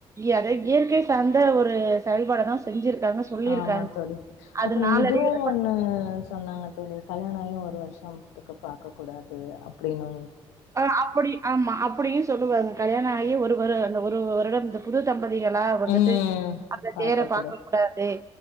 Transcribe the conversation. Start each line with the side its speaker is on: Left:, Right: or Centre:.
Right: அத இயற்கை சார்ந்த ஒரு செயல்பாட தா செஞ்சிருக்காங்க சொல்லியிருக்காங்க
Left: ஆமா தோழி
Right: அது
Left: அப்புறோ
Right: நாளடைவுல
Left: இதுவு ஒண்ணு சொன்னாங்க தோழி கல்யாண ஆயூ ஒரு வருஷம்த்துக்கு பாக்ககூடாது அப்டின்னு
Right: ஆ அப்டி ஆமா அப்டியு சொல்லுவாங்க கல்யாண ஆயி ஒரு வரு அந்த ஒரு வருடம் புது தம்பதிகளா வந்துட்டு
Left: ம்.
Right: அந்த
Left: பார்க்கக்கூடா
Right: தேர பாக்க கூடாது